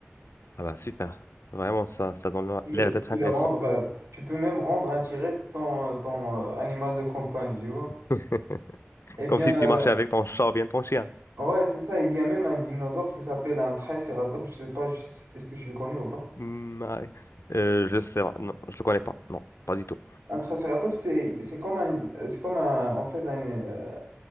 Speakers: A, on the left; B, on the right.
A: Ah bah super, vraiment, ça, ça donne
B: peux
A: l'air
B: tu
A: d'être intéressant.
B: peux le rendre, euh, tu peux même rendre un T-Rex ton, ton euh, animal de compagnie, tu vois.
A: <laughs>
B: Eh bien,
A: Comme si tu
B: euh,
A: marchais avec ton chat ou bien ton chien.
B: ouais, c'est ça. Il y a même un dinosaure qui s'appelle un Triceratops. Je sais pas, je sais- est-ce que tu le connais ou pas?
A: Hmm, ah, oui. euh, je sais pas, non, je le connais pas. Non, pas du tout.
B: Un Triceratops, c'est c'est comme un, euh, c'est comme un, en fait un, euh,